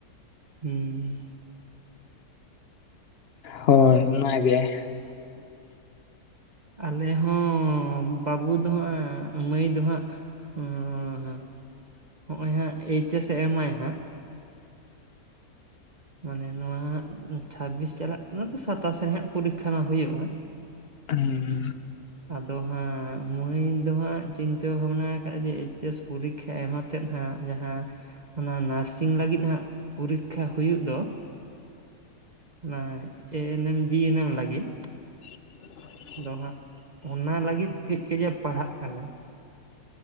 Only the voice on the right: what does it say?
ᱦᱩᱸ
<inaudible> ᱟᱞᱮ ᱦᱚᱸ ᱵᱟᱹᱵᱩ ᱫᱚ ᱦᱟᱸᱜ ᱢᱟᱹᱭ ᱫᱚ ᱦᱟᱸᱜ <inaudible> ᱦᱚᱜᱼᱚᱭ ᱦᱟᱸᱜ ᱮᱭᱤᱪ ᱮᱥ ᱮᱢ ᱟᱭ ᱦᱟᱸᱜ ᱢᱟᱱᱮ ᱱᱚᱣᱟ ᱦᱟᱜ ᱪᱷᱟᱵᱤᱥ ᱪᱟᱞᱟᱜ ᱠᱟᱱᱟ ᱛᱚ ᱥᱟᱛᱟᱥ ᱨᱮ ᱦᱟᱸᱜ ᱯᱚᱨᱤᱠᱷᱟ ᱢᱟ ᱦᱳᱭᱳᱜᱼᱟ
ᱟᱫᱚ ᱦᱟᱸᱜ ᱢᱟᱹᱭ ᱫᱚ ᱦᱟᱸᱜ ᱪᱤᱱᱛᱟᱹ ᱵᱷᱟᱵᱱᱟ ᱠᱟᱜ-ᱟ ᱡᱮ, ᱮᱭᱤᱪ ᱮᱥ ᱯᱚᱨᱤ ᱠᱷᱟ‌ ᱟᱭᱢᱟ ᱛᱮᱜ ᱦᱟᱜ ᱦᱟᱸᱜ ᱡᱟᱦᱟᱸ, ᱚᱱᱟ ᱱᱟᱨᱥᱤᱝ ᱞᱟᱹᱜᱤᱫ ᱦᱟᱸᱜ ᱯᱚᱨᱤᱠᱷᱟ ᱦᱩᱭᱩᱜ ᱫᱚ ᱾ ᱚᱱᱟ ᱮ ᱮᱱᱮᱢ ᱡᱤ ᱮᱱᱮᱢ ᱞᱟᱹᱜᱤᱫ,
ᱟᱫᱚ ᱦᱟᱸᱜ ᱚᱱᱟ ᱞᱟᱹᱜᱤᱫ ᱠᱟᱹᱡ ᱠᱟᱡᱮ ᱯᱟᱲᱦᱟᱜ ᱠᱟᱱᱟᱭ